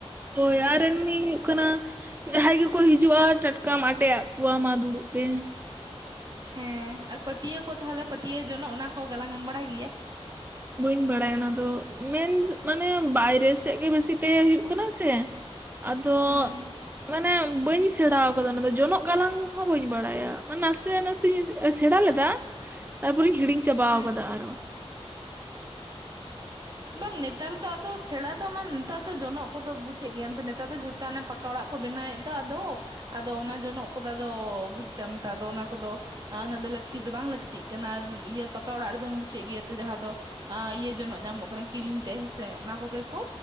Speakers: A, on the right; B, on the right.
A: ᱦᱳᱭ ᱟᱨ ᱮᱢᱱᱤ ᱦᱩᱭᱩᱜ ᱠᱟᱱᱟ ᱡᱟᱦᱟᱸᱭ ᱜᱮᱠᱚ ᱦᱤᱡᱩᱜᱼᱟ ᱴᱟᱴᱠᱟᱢ ᱟᱴᱮ ᱟᱜ ᱠᱚᱣᱟ ᱢᱟ ᱫᱩᱲᱩᱵ ᱯᱮ᱾
B: ᱦᱮᱸ, ᱟᱨ ᱯᱟᱹᱴᱭᱟᱹ ᱠᱚ ᱛᱟᱦᱚᱞᱮ ᱯᱟᱹᱴᱭᱟᱹ ᱡᱚᱱᱚᱜ ᱚᱱᱟ ᱠᱚ ᱜᱟᱞᱟᱝ ᱮᱢ ᱵᱟᱲᱟᱭ ᱜᱮᱭᱟ?
A: ᱵᱟᱹᱧ ᱵᱟᱲᱟᱭᱟ ᱚᱱᱟ ᱫᱚ, ᱢᱮᱱ ᱢᱟᱱᱮ ᱵᱟᱭᱨᱮ ᱥᱮᱫ ᱜᱮ ᱵᱮᱥᱤ ᱛᱮᱦᱮᱸ ᱦᱩᱭᱩᱜ ᱠᱟᱱᱟ ᱥᱮ᱾ ᱟᱫᱚ
B: ᱦᱩᱸ
A: ᱢᱟᱱᱮ ᱵᱟᱹᱧ ᱥᱮᱬᱟᱣ ᱠᱟᱫᱟ ᱚᱱᱟ ᱫᱚ ᱡᱚᱱᱚᱜ ᱜᱟᱞᱟᱝ ᱦᱚᱸ ᱵᱟᱹᱧ ᱵᱟᱲᱟᱭᱟ, ᱱᱟᱥᱮ ᱱᱟᱥ ᱥᱮ-ᱥᱮ ᱥᱮᱬᱟ ᱞᱮᱫᱟ ᱛᱟᱨᱯᱚᱨᱮᱧ ᱦᱤᱲᱤᱧ ᱪᱟᱵᱟᱣ
B: ᱦᱮᱸ
A: ᱠᱟᱫᱟ ᱟᱨᱚ᱾
B: ᱵᱟᱝ ᱱᱮᱛᱟᱨ ᱫᱚ ᱟᱫᱚ ᱥᱮᱬᱟ ᱫᱚ ᱱᱟᱝ ᱱᱮᱛᱟᱨ ᱫᱚ ᱡᱚᱱᱚᱜ ᱠᱚᱫᱚ ᱵᱩᱡᱮᱜ ᱜᱮᱭᱟᱢ ᱛᱚ ᱱᱮᱛᱟᱨ ᱫᱚ ᱡᱷᱚᱛ <unintelligible> ᱛᱚ ᱚᱱᱮ ᱯᱟᱠᱟ ᱚᱲᱟᱜ ᱠᱚ ᱵᱮᱱᱟᱣᱮᱫ ᱫᱚ ᱟᱫᱚ᱾ ᱟᱫᱚ ᱚᱱᱟ ᱡᱚᱱᱚᱜ ᱠᱚᱫᱚ ᱟᱫᱚ ᱵᱩᱡᱽ ᱫᱟᱢ ᱛᱚ ᱟᱫᱚ ᱚᱱᱟ ᱠᱚᱫᱚ ᱟ ᱩᱱᱟᱹᱜ ᱫᱚ ᱞᱟᱹᱠᱛᱤ ᱫᱚ ᱵᱟᱝ ᱞᱟᱹᱠᱛᱤᱜ ᱠᱟᱱᱟ, ᱤᱭᱟᱹ ᱯᱟᱠᱟ ᱚᱲᱟᱜ ᱨᱮᱫᱚᱢ ᱵᱩᱡᱮᱜ ᱜᱮᱭᱟ ᱛᱚ ᱡᱟᱦᱟᱸ ᱫᱚ ᱟ ᱤᱭᱟᱹ ᱡᱚᱱᱚᱜ ᱧᱟᱢᱚᱜ <inaudible> ᱠᱤᱨᱤᱧ ᱛᱮ ᱦᱮᱸᱥᱮ ᱚᱱᱟ ᱠᱚᱜᱮ ᱠᱚ